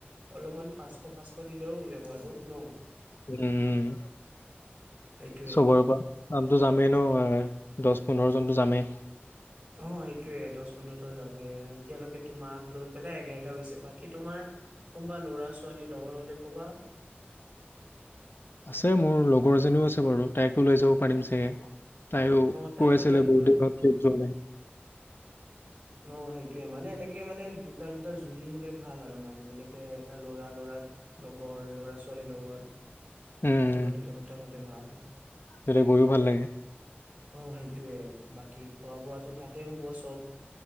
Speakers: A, on the right; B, on the left.
A: অলপমান পাঁচশ-পাঁচশ দিলেও হৈ যাব আৰু ন?
B: উম
A: সেইটোয়ে
B: চবৰে পৰা আমিটো যামেই ন। দহ পোন্ধৰ জনতো যামেই।
A: অ সেইটোয়ে দহ পোন্ধৰটা যাবয়ে। এতিয়ালৈকে তোমাক লৈ পেলাই এঘাৰটা হৈছে। বাকী তোমাৰ কোনবা লৰা ছোৱালী লগৰ হলে কবা।
B: আছে মোৰ লগৰজনীও আছে বাৰু তাইকো লৈ যাব পাৰিম চাগে। তাইও
A: অ তাইকো
B: কৈ আছিলে
A: লৈ আহিবা
B: বহুত দিন হল কতো যোৱা নাই
A: অ সেইটোয়ে মানে, এনেকে মানে দুটা দুটা জুৰি হলে ভাল আৰু মানে যেনেকে এটা ল'ৰা লৰা লগৰ ল'ৰা ছোৱালীৰ লগৰ
B: উম
A: এনেকুৱা দুটা-দুটা হলে ভাল
B: তেতিয়া গৈও ভাল লাগে
A: অ সেইটোয়ে বাকী খোৱা বোৱাটো তাতে হ'ব চব?